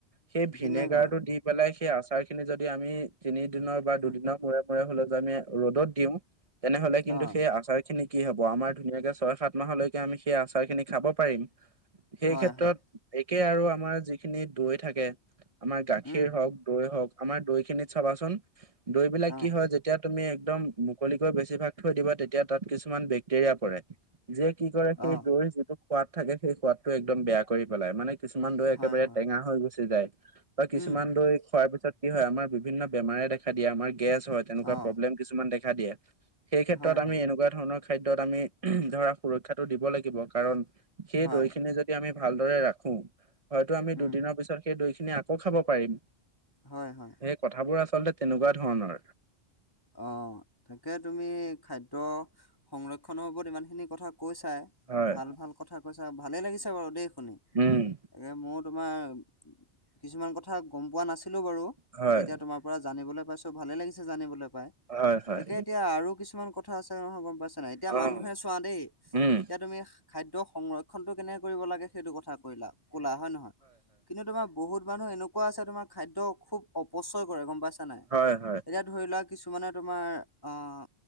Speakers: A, on the right; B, on the left.
A: সেই ভিনেগাৰটো
B: ভিনেগাৰ
A: দি পেলাই সেই আচাৰ খিনি যদি আমি- তিনিদিনৰ বা দুদিনৰ
B: উম
A: মূৰে মূৰে হলেতো আমি ৰ'দত দিওঁ তেনেহলে কিন্তু
B: অ
A: সেই আচাৰ খিনি কি হ'ব আমাৰ ধুনীয়াকে ছয়- সাত মাহলৈকে আমি সেই আচাৰখিনি খাব পাৰিম। সেইক্ষেত্ৰত
B: হয় হয়
A: একে আৰু আমাৰ যিখিনি দৈ থাকে আমাৰ গাখীৰ
B: উম
A: হওঁক দৈ হওঁক আমাৰ দৈখিনিত চাবাচোন দৈবিলাক
B: অ
A: যেতিয়া তুমি একদম মুকলিকৈ বেছিভাগ থৈ দিবা তেতিয়া তাত কিছুমান বেক্টেৰিয়া পৰে। যে কি কৰে সেই
B: অ
A: দৈৰ যিটো সোৱাদ থাকে সেই সোৱাদটো একদম বেয়া কৰি পেলাই মানে কিছুমান দৈ
B: হয়
A: একেবাৰে
B: হয়
A: টেঙা হৈ গুচি যায় বা কিছুমান
B: উম
A: দৈত খোৱাৰ পিছত কি হয় আমাৰ বিভিন্ন বেমাৰে দেখা দিয়ে, আমাৰ গেছ হয়, তেনেকুৱা
B: অ
A: প্ৰব্লেম কিছুমান দেখা দিয়ে। সেইক্ষেত্ৰত
B: হয়
A: আমি
B: হয়
A: এনেকুৱা ধৰণৰ খাদ্যত আমি ধৰা সুৰক্ষাতটো দিব লাগিব কাৰণ সেই
B: হয়
A: দৈখিনি যদি আমি ভালদৰে ৰাখো হয়তো আমি
B: উম
A: দুদিনৰ পিছত সেই দৈখিনি আকৌ খাব পাৰিম।
B: হয় হয়।
A: সেই কথাবোৰ আচলতে তেনেকুৱা ধৰণৰ।
B: অঁ তাকে তুমি খাদ্য সংৰক্ষণৰ ওপৰত ইমানখিনি কথা কৈছাই।
A: হয়
B: ভাল ভাল কথা কৈছা ভালে লাগিছে বাৰু দেই শুনি
A: উম
B: তাকে মোৰ তোমাৰ কিছুমান কথা গম পোৱা নাছিলো বাৰু
A: হয়
B: এতিয়া তোমাৰ পৰা জানিবলৈ পাইছো ভালে লাগিছে জানিবলৈ। পাই।
A: হয় হয়।
B: তাকে এতিয়া আৰু কিছুমান কথা আছে নহয় গম পাইছে নাই এতিয়া
A: অ',
B: মানুহে চোৱা দেই
A: উম
B: এতিয়া তুমি খাদ্য সংৰক্ষণটো কেনেকে কৰিব লাগে সেইটো কথা কলা কলা হয় নে নহয়? কিন্তু তোমাৰ বহুত মানুহ এনেকুৱা আছে তোমাৰ খাদ্য খুব অপচয় কৰে গম পাইছা নে নাই?
A: হয় হয়
B: এতিয়া ধৰি লোৱা কিছুমানে তোমাৰ আহ